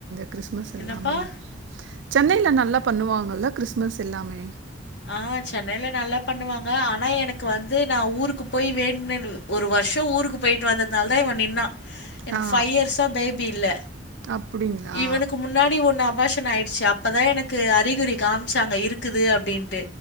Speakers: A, on the right; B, on the left.
A: கிறிஸ்மஸ் எல்லாமே
B: என்னப்பா?
A: சென்னைல நல்லா பண்ணுவாங்கெல்ல கிறிஸ்மஸ் எல்லாமே
B: ஆ சென்னைல நல்லா பண்ணுவாங்க ஆனா எனக்கு வந்து நா ஊருக்கு போய் வேண்ட்னது ஒரு வருஷோ ஊருக்கு போயிட்டு வந்ததுனால தா இவே நின்னா எனக்கு
A: ஆ
B: பைவ் இயர்ஸா பேபி இல்ல
A: அப்படிங்களா
B: இவனுக்கு முன்னாடி ஒன்னு அபாஷன் ஆயிடுச்சு அப்தா எனக்கு அறிகுறி காம் சோ அங்க இருக்குது அப்டின்